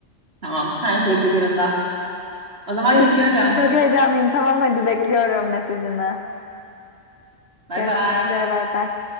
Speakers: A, on the right; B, on the left.
A: Tamam. Her şey tıkırında. O zaman
B: Ay,
A: kaçıyorum.
B: çok heyecanlıyım. Tamam, hadi bekliyorum mesajını.
A: Bay
B: Görüşmek
A: bay.
B: üzere, bay bay.